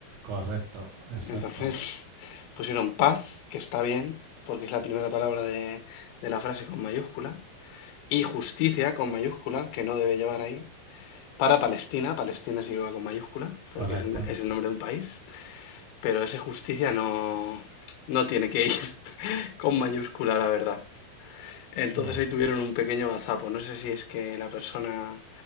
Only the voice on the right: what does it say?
Correcto, exacto,
correcto.
Bueno.